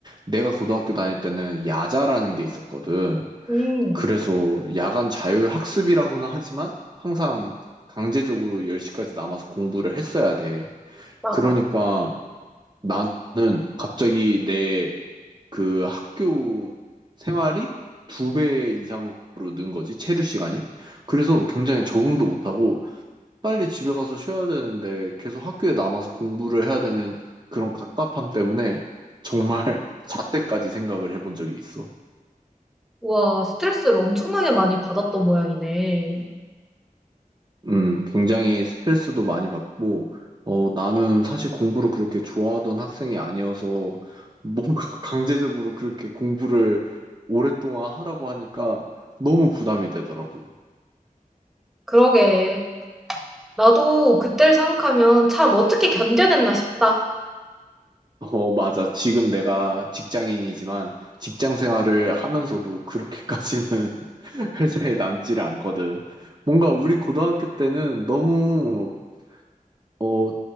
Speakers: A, on the right; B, in the centre.
A: 내가 고등학교 다닐 때는 야자라는 게 있었거든.
B: 음,
A: 그래서 야간 자율학습이라고는 하지만 항상 강제적으로 10시까지 남아서 공부를 했어야 돼.
B: 맞아.
A: 그러니까 나는 갑자기 내 그 학교 생활이 두 배 이상으로 는 거지, 체류 시간이. 그래서 굉장히 적응도 못하고 빨리 집에 가서 쉬어야 되는데 계속 학교에 남아서 공부를 해야 되는 그런 갑갑함 때문에 정말 <laughs> 자퇴까지 생각을 해본 적이 있어.
B: 우와, 스트레스를 엄청나게 많이 받았던 모양이네.
A: 음, 굉장히 스트레스도 많이 받고, 어, 나는 사실 공부를 그렇게 좋아하던 학생이 아니어서 뭔가 <laughs> 강제적으로 그렇게 공부를 오랫동안 하라고 하니까 너무 부담이 되더라고.
B: 그러게. 나도 그때를 생각하면 '참 어떻게 견뎌냈나.' 싶다.
A: 어, 맞아. 지금 내가 직장인이지만 직장 생활을 하면서도 그렇게까지는 <laughs> 회사에 남지를 않거든. 뭔가 우리 고등학교 때는 너무, 어,